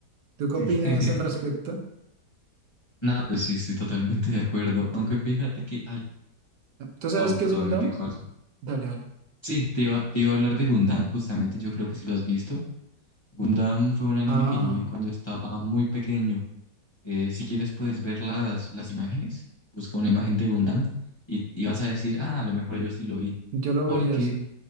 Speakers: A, on the right (about 65°); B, on the left (about 15°).
A: ¿Tú qué
B: <laughs>
A: opinas al respecto?
B: No, pues sí, estoy totalmente de acuerdo. Aunque fíjate que... Ay,
A: ¿Tú sabes
B: oh,
A: qué
B: perdón,
A: es Gundam?
B: me picó algo.
A: Dale, dale.
B: Sí, te iba, te iba a hablar de Gundam, justamente, yo creo que sí lo has visto. Gundam fue un anime
A: Ah.
B: que yo vi cuando estaba muy pequeño. Eh, si quieres puedes ver las, las imágenes, busca una imagen de Gundam y, y vas a decir, ah, a lo mejor yo sí lo vi.
A: Yo lo
B: porque
A: veía así.